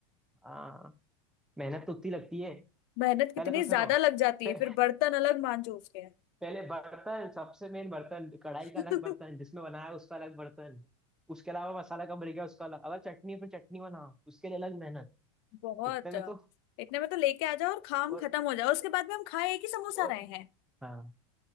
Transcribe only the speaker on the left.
मेहनत कितनी
ज्यादा लग जाती
है फिर बर्तन अलग मांजो उसके
<laughs>
बहुत
इतने में तो लेके आ जाओ और काम
खत्म हो जाओ उसके बाद में हम खाए एक ही समोसा
रहे